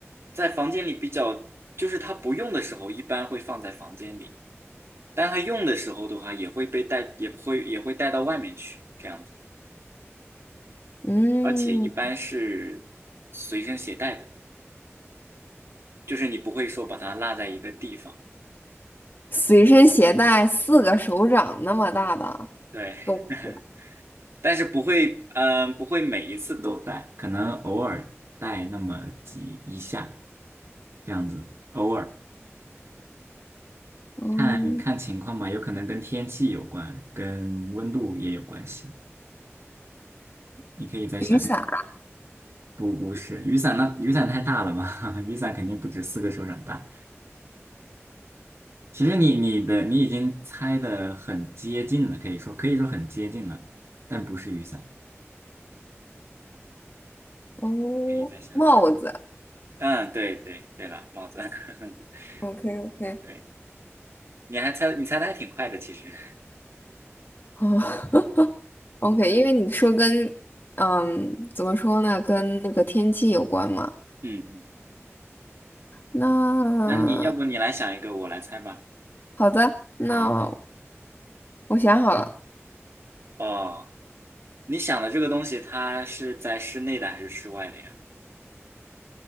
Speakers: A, on the right; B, on the left.
A: 在房间里比较，就是它不用的时候，一般会放在房间里，但它用的时候的话，也会被带，也不会也会带到外面去这样子，
B: 嗯，
A: 而且一般是随身携带的，就是你不会说把它落在一个地方。
B: 随身携带四个手掌那么大的
A: 对，
B: 东西，
A: <laughs> 但是不会，嗯、不会每一次都带，可能偶尔带那么几一下这样子，偶尔。
B: 嗯，
A: 看看情况吧，有可能跟天气有关，跟温度也有关系。你可以再想一想，
B: 雨伞
A: 不不是雨伞那雨伞太大了嘛，<laughs> 雨伞肯定不止四个手掌大。其实你你的你已经猜的很接近了，可以说可以说很接近了，但不是雨伞。
B: 哦，
A: 可以再想想。
B: 帽子
A: 嗯，对对对了，帽子。<laughs>
B: ，OK OK，
A: 对，你还猜你猜的还挺快的，其实。
B: 哦 <laughs> OK，因为你说跟嗯怎么说呢，跟那个天气有关嘛。
A: 嗯嗯，
B: 那
A: 那你要不你来想一个，我来猜吧。
B: 好的，那
A: 嗯，
B: 我想好了，
A: 哦，你想的这个东西，它是在室内的还是室外的呀？